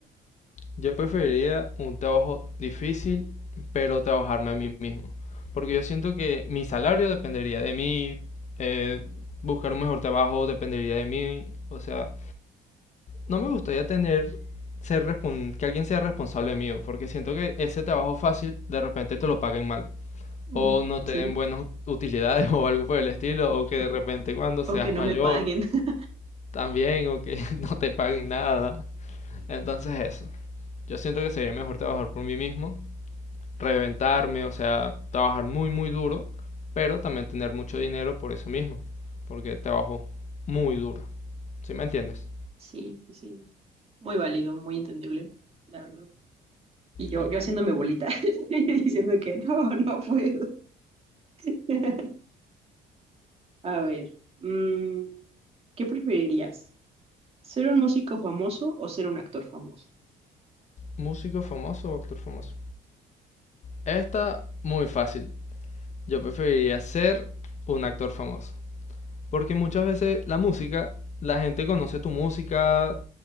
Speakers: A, on the left; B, on the right.
A: Yo preferiría un trabajo difícil, pero trabajarme a mí mismo. Porque yo siento que mi salario dependería de mí, eh, buscar un mejor trabajo dependería de mí. O sea, no me gustaría tener, ser respon- que alguien sea responsable mío, porque siento que ese trabajo fácil de repente te lo paguen mal.
B: Mm,
A: O no te
B: Sí,
A: den buenas utilidades <laughs> o algo por el estilo, o que de repente cuando seas
B: o que no
A: mayor
B: me paguen. <laughs>
A: también, o que <laughs> no te paguen nada. Entonces eso, yo siento que sería mejor trabajar por mí mismo reventarme, o sea, trabajar muy, muy duro, pero también tener mucho dinero por eso mismo, porque trabajo muy duro. ¿Sí me entiendes?
B: Sí, sí, sí. Muy válido, muy entendible, la verdad. Y yo,
A: Okay.
B: yo haciéndome bolita <laughs> y diciendo que no, no puedo. <laughs> A ver, mm, ¿qué preferirías? ¿Ser un músico famoso o ser un actor famoso?
A: ¿Músico famoso o actor famoso? Esta, muy fácil. Yo preferiría ser un actor famoso, porque muchas veces la música, la gente conoce tu música,